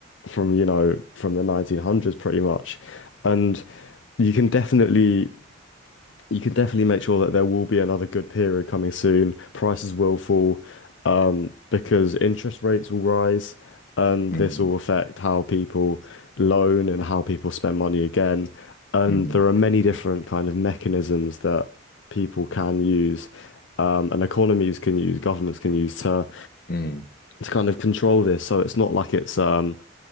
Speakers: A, on the left; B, on the left.
A: from you know from the 1900s pretty much and you can definitely you can definitely make sure that there will be another good period coming soon. Prices will fall, um, because interest rates will rise, and
B: mm,
A: this will affect how people loan and how people spend money again. And
B: mm,
A: there are many different kind of mechanisms that people can use, um, and economies can use, governments can use to
B: mm,
A: to kind of control this. So it's not like it's um